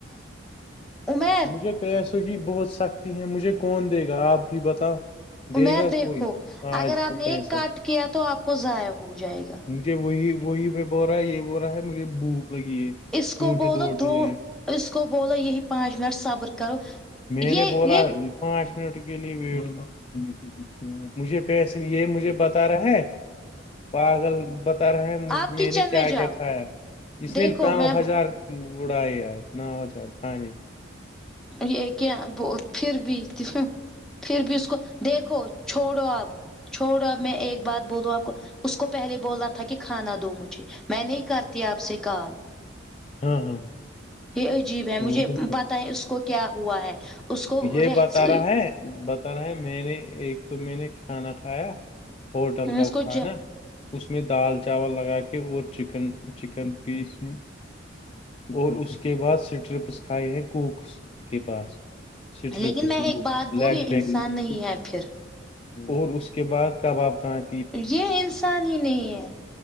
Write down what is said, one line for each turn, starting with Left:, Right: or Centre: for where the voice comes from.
Centre: امیر
Left: مجھے پیسوں کی بہت سختی ہے مجھے کون دے گا آپ بھی بتاؤ دے
Centre: امیر
Left: گا
Centre: دیکھو
Left: کوئی آج
Centre: اگر
Left: کو
Centre: آپ نے
Left: پیسہ
Centre: ایک کٹ کیا تو آپ کو ضائع ہو جائے گا
Left: مجھے وہی وہی میں بو رہا ہے یہ بول رہا ہے مجھے بھوک لگی ہے
Centre: اس
Left: چوہے
Centre: کو بولو
Left: دوڑ رہے
Centre: دو
Left: ہیں
Centre: اس کو بولو یہی پانچ منٹ صبر کرو
Left: میں
Centre: یہ
Left: نے بولا
Centre: یہ
Left: پانچ منٹ کے لیے ویٹ مجھے پیسے یہ مجھے بتا رہا ہے پاگل بت ہیںج
Centre: آپ
Left: میں
Centre: کچن
Left: نے کیا کیا
Centre: جاؤ
Left: کھایا اس
Centre: دیکھو
Left: نے نو
Centre: میں
Left: ہزار اڑائے آج نا ہوچار تھانے
Centre: یہ کیا پھر بھی پھر بھی اس کو دیکھو چھوڑو اب چھوڑو اب میں ایک بات بولوں آپ کو اس کو پہلے بولنا تھا کہ کھانا دو مجھے میں نہیں کرتی آپ سے کال
Left: ہاں ہاں
Centre: یہ عجیب ہے مجھے
Left: وہ تو
Centre: پتا ہے اس کو کیا ہوا ہے اس کو
Left: یہ
Centre: رہ
Left: بتا آ رہا ہے بتا رہا ہے میں نے ایک تو میں نے کھانا کھایا ہوٹل کا
Centre: اس کو
Left: کھانا
Centre: ج
Left: اس میں دال چاول لگا کے اور چکن چکن پیس اور اس کے بعد سٹرپس کھائے ہیں کوکس کے پاس اسٹریپس
Centre: لیکن میں
Left: وہ
Centre: ایک بات
Left: لیگ
Centre: بولوں یہ
Left: بیینگ
Centre: انسان نہیں ہے پھر
Left: اور اس کے بعد کباب کان
Centre: یہ انسان ہی نہیں ہے